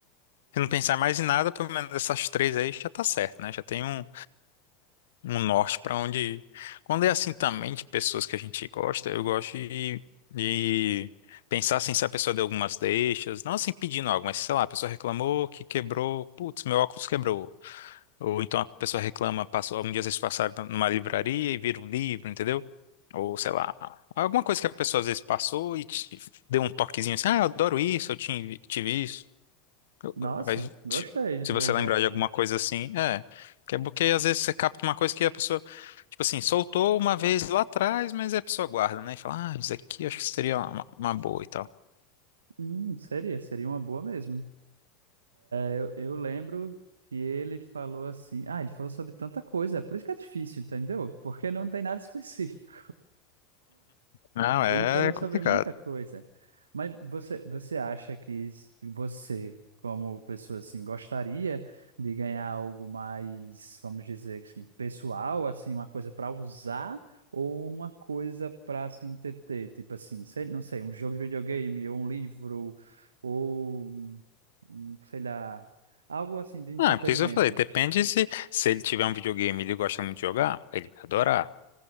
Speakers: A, on the left; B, on the right.
A: Se não pensar mais em nada, pelo menos essas três aí já tá certo, né? Já tem um. um norte pra onde ir. Quando é assim também de pessoas que a gente gosta, eu gosto de, de pensar assim, se a pessoa deu algumas deixas, não assim pedindo algo, mas sei lá, a pessoa reclamou que quebrou, putz, meu óculos quebrou. Ou então a pessoa reclama, passou, algum dia vocês passaram numa livraria e viram um livro, entendeu? Ou sei lá, alguma coisa que a pessoa às vezes passou e te deu um toquezinho assim, ah, eu adoro isso, eu tive, tive isso. Eu-
B: Nossa,
A: Aí,
B: gostei
A: ti-
B: da
A: se você
B: ideia
A: lembrar
B: também.
A: de alguma coisa assim, é. Que é porque às vezes você capta uma coisa que a pessoa, tipo assim, soltou uma vez lá atrás, mas a pessoa guarda, né? E fala, ah, isso aqui acho que seria uma, uma boa e tal.
B: Hum, seria, seria uma boa mesmo. eu, eu lembro que ele falou assim. Ah, ele falou sobre tanta coisa, é por isso que é difícil, entendeu? Porque não tem nada <laughs> específico.
A: Não, é
B: Ele falou sobre
A: complicado.
B: muita coisa. Mas você, você acha que s- você, como pessoa assim, gostaria de ganhar algo mais, vamos dizer assim, pessoal, assim, uma coisa para usar ou uma coisa para se entreter, tipo assim, sei, não sei, um jogo de videogame ou um livro ou um, sei lá, algo assim de entretenimento.
A: Ah, é por isso que eu falei, depende se, se ele tiver um videogame e ele gosta muito de jogar, ele vai adorar.